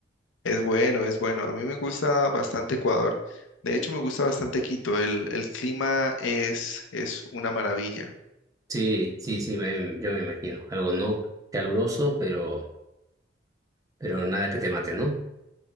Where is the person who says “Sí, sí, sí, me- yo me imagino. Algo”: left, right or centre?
Right